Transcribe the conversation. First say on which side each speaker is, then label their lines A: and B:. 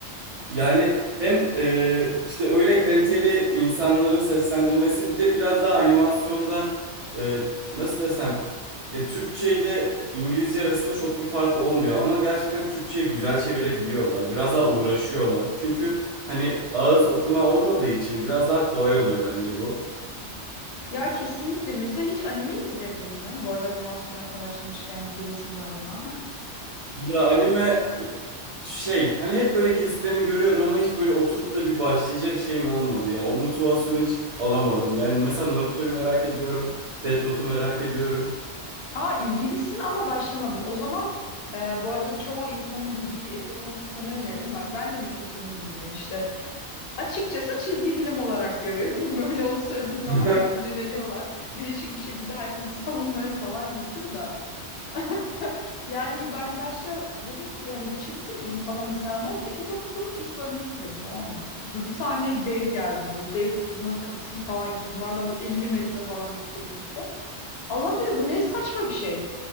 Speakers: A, on the right (about 50°); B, on the left (about 60°).
A: Yani hem e, işte öyle kaliteli insanların seslendirmesi bir de biraz daha animasyonda e, nasıl desem ya Türkçe ile İngilizce arasında çok bir fark olmuyor ama gerçekten Türkçe'ye güzel çevirebiliyorlar. Biraz daha uğraşıyorlar. Çünkü hani ağız okuma olmadığı için biraz daha kolay oluyor bence bu.
B: Ya kesinlikle. Mesela hiç anime izledin mi? Bu arada animasyona konu açılmışken bir giresim var ona.
A: Ya anime e, şey hani hep böyle kesitlerini görüyorum ama hiç böyle oturup da bir başlayacak şeyim olmadı ya. O motivasyonu hiç alamadım. Yani mesela Naruto'yu merak ediyorum. Death Note'u merak ediyorum.
B: <laughs> Aa ilgilisin ama başlamadın. O zaman e, bu arada çoğu insanın bildiği Attack on Titan'ı öneririm. Bak ben de mesela senin gibiydim. İşte Açıkçası çizgi film olarak görüyorum. <laughs> Böyle onu söylediğin zaman
A: <laughs>
B: da sinirleniyorlar. Değişik bir şekilde herkes bir <laughs> savunmaya falan geçiyor da. <laughs> Yani ben başta dedim ki hani bu çizgi film falan izlenmez. Etek Odası'nın ilk bölümünü izledim tamam mı? Böyle bir tane dev geldi. Böyle dev bunların kapısını falan yıktı. Bunlardan böyle 50 metre falan yükseklikte. Allah'ım dedim bu ne saçma bir şey.